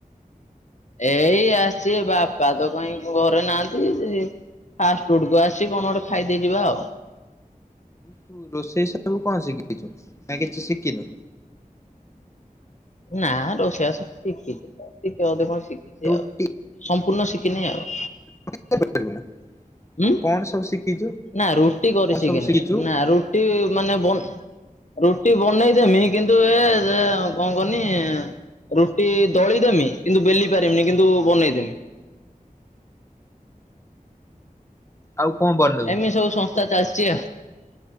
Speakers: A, on the left; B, on the left.
A: ଏଇ ଆସି ବାପା ତ କାହିଁ ଘରେ ନାହାନ୍ତି। ଫାଷ୍ଟଫୁଡକୁ ଆସି କଣ ଗୋଟେ ଖାଇଦେଇ ଯିବା ଆଉ
B: ତୁ ରୋଷେଇ ସବୁ କଣ ଶିଖିଛୁ ନା କିଛି ଶିଖିନୁ?
A: ନା ରୋଷେଇ ବାସ ଶିକିଛି ଟିକେ ଅଧେ କଣ ଶି
B: ରୁଟି
A: ଆଉ ସମ୍ପୂର୍ଣ୍ଣ ଶିଖିନି ଆଉ
B: <inaudible>
A: ହ
B: କଣ ସବୁ ଶିଖିଛୁ
A: ନା ରୁଟି କରିସିକିନି
B: କଣ ସବୁ ଶିଖିଛୁ
A: ନା ରୁଟି ମାନେ ବ ରୁଟି ବନେଇଦେମି କିନ୍ତୁ ଏ କଣ କରନି ରୁଟି ଦଳିଦମି କିନ୍ତୁ ବେଲି ପାରମିନି କିନ୍ତୁ ବନେଇଦେମି।
B: ଆଉ କଣ ବନା
A: ଏମିତି ସବୁ ସଂସ୍ଥା ଚାଲିଛି ଆଉ